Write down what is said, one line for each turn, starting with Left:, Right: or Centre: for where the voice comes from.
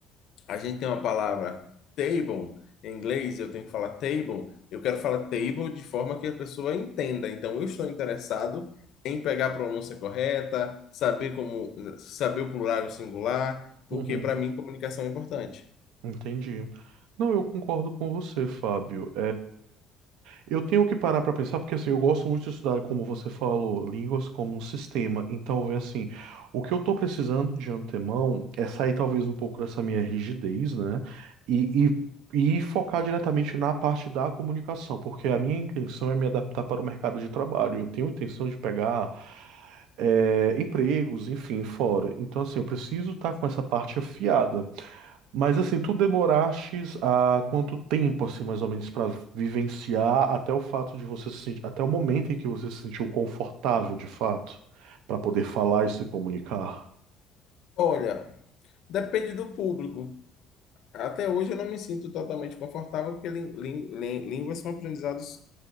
Left: a gente tem uma palavra table em inglês, eu tenho que falar table, eu quero falar table de forma que a pessoa entenda. Então, eu estou interessado em pegar a pronúncia correta, saber como saber o plural e o singular, porque
Right: uhum.
Left: para mim comunicação é importante.
Right: Entendi. Não, eu concordo com você, Fábio. Eu tenho que parar para pensar, porque assim, eu gosto muito de estudar, como você falou, línguas como um sistema. Então, vê assim, o que eu estou precisando de antemão é sair talvez um pouco dessa minha rigidez, né? E, e, e focar diretamente na parte da comunicação, porque a minha intenção é me adaptar para o mercado de trabalho. Eu tenho intenção de pegar eh, empregos, enfim, fora. Então, assim, eu preciso estar com essa parte afiada. Mas assim, tu demorastes há quanto tempo, assim, mais ou menos, para vivenciar até o fato de você se sentir, até o momento em que você se sentiu confortável, de fato, para poder falar e se comunicar?
Left: Olha, depende do público. Até hoje eu não me sinto totalmente confortável, porque lin- lin- lin- línguas são aprendizados